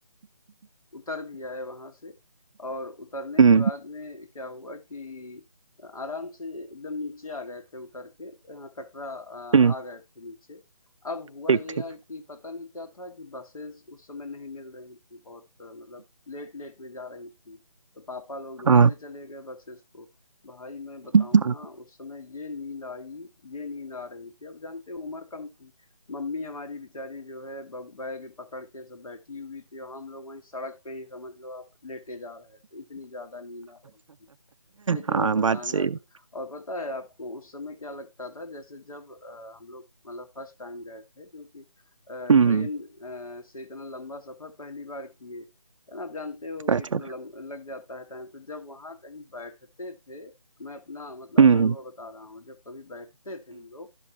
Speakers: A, on the left; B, on the right.
A: उतर भी आए वहाँ से और उतरने
B: हम्म
A: के बाद में क्या हुआ कि आराम से एकदम नीचे आ गए थे उतर के यहाँ कटरा आ,
B: हम्म
A: आ गए थे नीचे अब हुआ
B: ठीक
A: ये
B: ठीक
A: यार कि पता नहीं क्या था कि बसेस उस समय नहीं मिल रही थी बहुत अ, मतलब लेट लेट में जा रही थी तो पापा लोग ढूंढने
B: हाँ
A: चले गए बसेस को भाई मैं बताऊं
B: हाँ
A: ना उस समय ये नींद आई ये नींद आ रही थी अब जानते हो उम्र कम थी मम्मी हमारी बेचारी जो है ब बैग पकड़ के सब बैठी हुई थी और हम लोग वहीं सड़क पे ही समझ लो आप लेटे जा रहे थे, इतनी ज़्यादा नींद आ रही थी। इतनी
B: हाँ
A: भयानक
B: बात सही है।
A: और पता है आपको उस समय क्या लगता था जैसे जब अ, हम लोग मतलब फर्स्ट टाइम गए थे क्योंकि आ,
B: हम्म
A: ट्रेन आ, से इतना लंबा सफर पहली बार किए है ना आप जानते हो
B: अच्छा
A: कि इतना लम, लग जाता है टाइम तो जब वहां कहीं बैठते थे मैं अपना मतलब
B: हम्म हम्म
A: अनुभव बता रहा हूँ जब कभी बैठते थे हम लोग